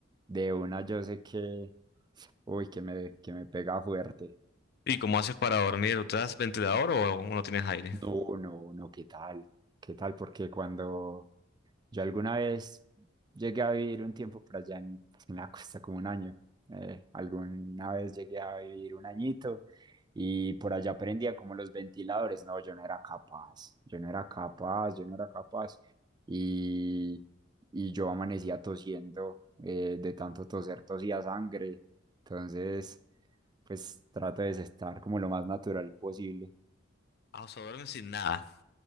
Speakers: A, on the right; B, on the left.
A: de una yo sé que, uy, que me, que me pega fuerte.
B: ¿Y cómo haces para dormir? ¿Usas ventilador o aún no tienes aire?
A: No, no, no, ¿qué tal? ¿Qué tal? Porque cuando yo alguna vez llegué a vivir un tiempo por allá en, en la costa, como un año, eh, alguna vez llegué a vivir un añito y por allá aprendía como los ventiladores. No, yo no era capaz, yo no era capaz, yo no era capaz. Y, y yo amanecía tosiendo, eh, de tanto toser, tosía sangre. Entonces, pues trato de estar como lo más natural posible.
B: Ah, o sea, duermes sin nada.